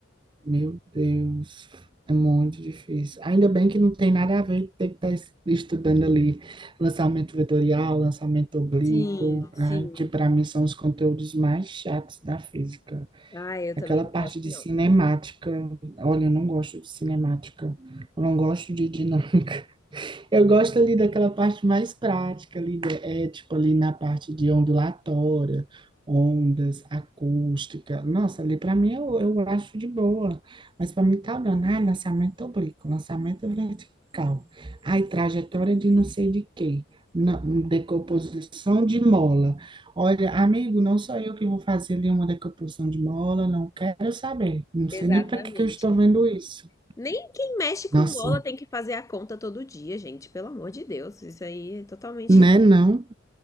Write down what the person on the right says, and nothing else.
Meu Deus, é muito difícil. Ainda bem que não tem nada a ver ter que estar es- estudando ali lançamento vetorial, lançamento oblíquo,
né, que para mim são os conteúdos mais chatos da física.
Aquela
parte
de
cinemática, olha, eu não gosto de cinemática, eu não gosto de dinâmica. Eu gosto ali daquela parte mais prática ali, né? é tipo ali na parte de ondulatória, ondas, acústica. Nossa, ali para mim eu, eu acho de boa. Mas para mim tá dando, ai, lançamento oblíquo, lançamento vertical. Ai, trajetória de não sei de quê. Não, decomposição de mola. Olha, amigo, não sou eu que vou fazer ali uma decomposição de mola, não quero saber. Não
sei nem para que que eu estou vendo isso.
Nossa,
né, não?